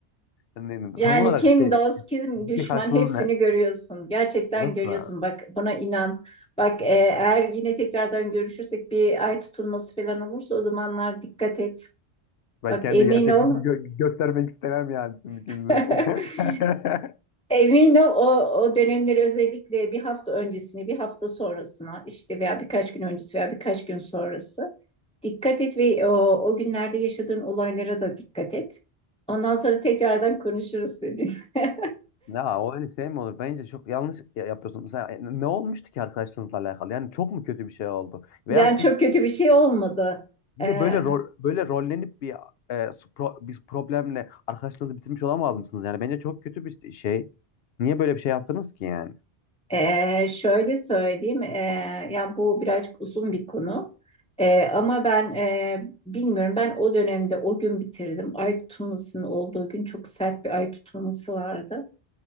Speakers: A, on the left; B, in the centre.
A: Ne-
B: Yani
A: Tam olarak
B: kim
A: şey
B: dost, kim
A: Fiziki
B: düşman
A: karşılığı
B: hepsini
A: ne?
B: görüyorsun. Gerçekten
A: Nasıl?
B: görüyorsun. Bak buna inan. Bak e, eğer yine tekrardan görüşürsek bir ay tutulması falan olursa o zamanlar dikkat et.
A: Ben
B: Bak
A: kendi
B: emin
A: gerçek
B: ol.
A: yüzümü gö- göstermek istemem yani şimdikinize.
B: <laughs>
A: <laughs>
B: Emin ol o, o dönemleri özellikle bir hafta öncesini, bir hafta sonrasına işte veya birkaç gün öncesi veya birkaç gün sonrası dikkat et ve o, o günlerde yaşadığın olaylara da dikkat et. Ondan sonra tekrardan konuşuruz dedim. <laughs>
A: Ya o öyle şey mi olur? Bence çok yanlış ya- yapıyorsun. Mesela e, ne olmuştu ki arkadaşlarınızla alakalı? Yani çok mu kötü bir şey oldu? Veya
B: Yani
A: siz
B: çok kötü bir şey olmadı.
A: yine
B: Ee,
A: böyle rol, böyle rollenip bir e, su- pro- bir problemle arkadaşlığınızı bitirmiş olamaz mısınız? Yani bence çok kötü bir şey. Niye böyle bir şey yaptınız ki yani?
B: e, şöyle söyleyeyim, ee, yani bu birazcık uzun bir konu. Ee, ama ben ee, bilmiyorum, ben o dönemde o gün bitirdim. Ay tutulmasının olduğu gün çok sert bir ay tutulması vardı.